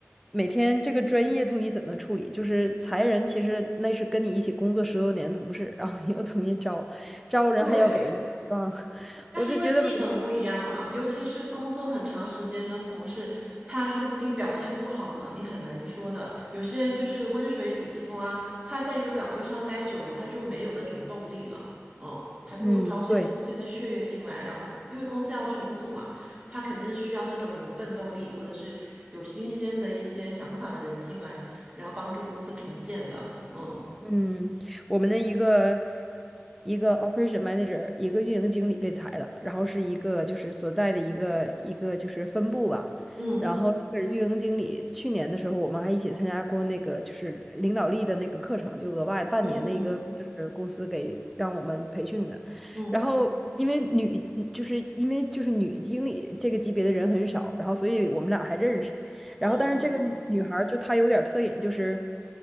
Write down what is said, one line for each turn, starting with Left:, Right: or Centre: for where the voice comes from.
Centre: 每天这个专业度你怎么处理？就是裁人，其实那是跟你一起工作十多年的同事，然后你又重新招，招人还要给人家希望，
Right: 对，
Centre: <laughs>
Right: 那是因为技能不一样嘛，
Centre: 我就觉得每天，
Right: 尤其是工作很长时间的同事，他说不定表现不好呢，你很难说的。有些人就是温水煮青蛙，他在一个岗位上待久了，他就没有那种动力了。嗯，还不如招些新鲜的血液进来，
Centre: 嗯，对。
Right: 然后因为公司要重组嘛，他肯定是需要那种有奋斗力或者是有新鲜的一些想法的人进来，然后帮助公司重建的。嗯
Centre: 嗯，我们的一个一个 operation manager，一个运营经理被裁了，然后是一个就是所在的一个一个就是分部吧，
Right: 嗯
Centre: 然后这个运营经理去年的时候，我们还一起参加过那个就是领导力的那个课程，就额外半年的一个就是公司给让我们培训的，
Right: 嗯嗯嗯，
Centre: 然后。因为女，就是因为就是女经理这个级别的人很少，然后所以我们俩还认识。然后，
Right: 哦，
Centre: 但是这个女孩儿就她有点儿特点，就是